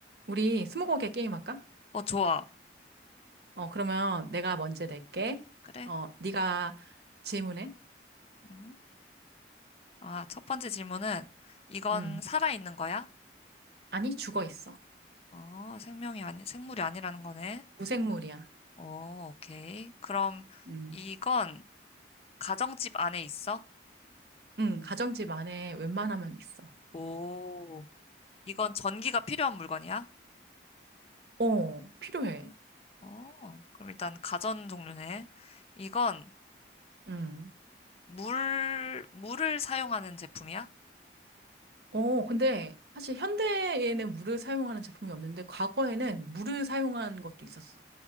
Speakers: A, on the right (about 60°); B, on the left (about 35°).
A: 우리 스무고개 게임 할까?
B: 어, 좋아.
A: 어, 그러면 내가 먼저 낼게.
B: 그래?
A: 어, 네가 질문해.
B: 음. 아, 첫 번째 질문은 이건
A: 음.
B: 살아있는 거야?
A: 아니, 죽어 있어.
B: 어, 생명이 아니, 생물이 아니라는 거네.
A: 무생물이야.
B: 오 오케이. 그럼
A: 음.
B: 이건 가정집 안에 있어?
A: 음, 가정집 안에 웬만하면 있어.
B: 오, 이건 전기가 필요한 물건이야?
A: 어, 필요해.
B: 어, 그럼 일단 가전 종류네. 이건
A: 음.
B: 물, 물을 사용하는 제품이야?
A: 어, 근데 사실 현대에는 물을 사용하는 제품이 없는데 과거에는 물을 사용한 것도 있었어.